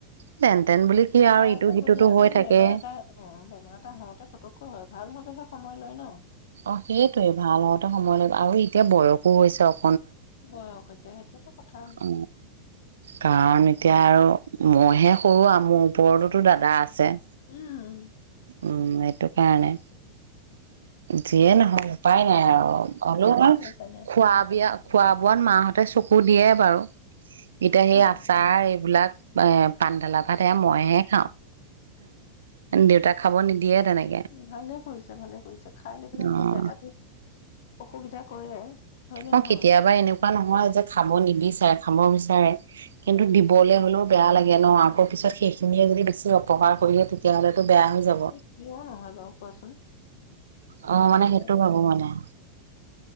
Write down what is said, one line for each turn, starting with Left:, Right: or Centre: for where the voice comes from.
Right: তেন বুলি কি আৰু
Left: ভাল
Right: ইটো
Left: হ'ব
Right: সিটোতো
Left: দিয়া,
Right: হৈ
Left: কাৰণ
Right: থাকে
Left: বেমাৰ এটা, অ' বেমাৰ এটা হওঁতে ফটো ক হয়, ভাল হওঁতেহে সময় লয় ন?
Right: অ' সেইটোৱেই, ভাল হওঁতে সময়লৈ আৰু এতিয়া বয়সো হৈছে অক
Left: বয়স হৈছে, সেইটো এটা কথা
Right: অ', কাৰণ এতিয়া এতিয়া আৰু মইহে সৰু আৰু, মোৰ ওপৰততো দাদা আছে।
Left: উম উম
Right: উম এইটো কাৰণে, যিয়ে নহক উপাই নাই আৰু, অলপমান
Left: উপায় নাই উপায় নাই
Right: খোৱা বিয়া খোৱা বোৱাত মা হ'তে চকু দিয়ে বাৰু। এতিয়া হেই
Left: অ
Right: আচাৰ, এইবিলাক এ' পানীডালা ভাত এয়া মইহে খাওঁ, দেউতাক খাব নিদিয়ে তেনেকে
Left: ভালে কৰিছে ভালে কৰিছে, খাই লৈ পেলাই
Right: অ
Left: যদি দেহটো অসুবিধা কৰে হয়নে
Right: অ'
Left: নহয়
Right: কেতিয়াবা এনেকুৱা নহয় যে খাব নিবিচাৰে। খাব বিচাৰে কিন্তু
Left: উম।
Right: দিবলৈ হ'লেও বেয়া লাগে। লে ন আকৌ পিছত সেইখিনিয়ে যদি বেছি অপহাৰ কৰি তেতিয়াহ'লে বেয়া হৈ যাব,
Left: এই কিয় নহয় বাৰু কোৱাচোন সেইটোতো
Right: অ' মানে সেইটো
Left: হয়
Right: ভাবো। মানে